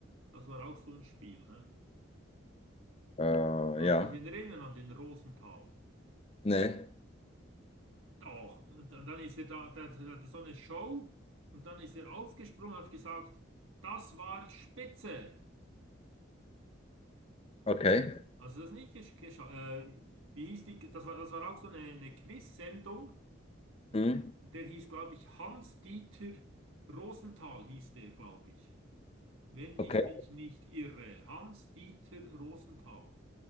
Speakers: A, on the right (about 80°); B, on the left (about 30°).
A: Das war auch so ein Spiel. Hä?
B: Äh,
A: Mag
B: ja.
A: sich erinnern an den Rosenthal.
B: Nee.
A: Doch, und dann dann ist er da, da, da hatte so eine Show und dann ist er aufgesprungen und hat gesagt, das war spitze.
B: Okay.
A: Also das nicht geschafft. Äh, wie hieß die? Das war, das war auch so eine, eine Quiz-Sendung.
B: Hm.
A: Und der hieß, glaube ich, Hans-Dieter Rosenthal hieß der, glaube ich. Wenn ich
B: Okay.
A: mich nicht irre. Hans-Dieter Rosenthal.